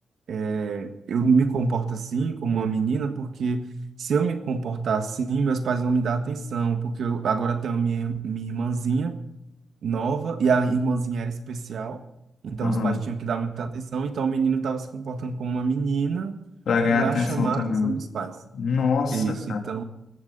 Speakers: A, on the right; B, on the left.
A: eh, eu me comporto assim, como uma menina, porque. Se eu me comportar assim, meus pais vão me dar atenção, porque eu agora tenho minha, minha irmãzinha nova e a irmãzinha era especial, então
B: aham.
A: os pais tinham que dar muita atenção, então o menino estava se comportando como uma menina
B: Pra ganhar
A: para
B: atenção
A: chamar
B: também,
A: a atenção
B: né?
A: dos pais.
B: Nossa,
A: Isso, então.